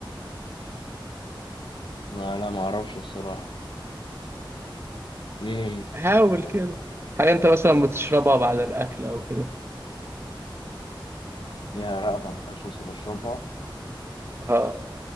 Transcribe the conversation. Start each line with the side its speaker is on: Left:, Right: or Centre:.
Left: ما لا معرفش الصراحة إيه هي؟
Right: حاول كده حاجه انت مثلا بتشربها بعد الاكل او كده
Left: ليها رقبة ملهاش راس وبشربها
Right: اه